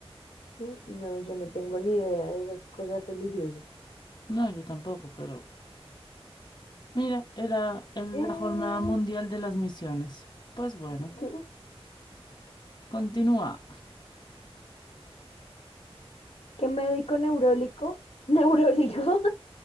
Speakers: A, on the left; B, on the left.
A: No, yo no tengo ni idea de esas cosas religiosas.
B: No, yo tampoco, pero mira, era el-
A: Eh,
B: la Jornada Mundial de las Misiones. Pues bueno,
A: <laughs>
B: continúa.
A: ¿Qué médico neurólico? Neurólico.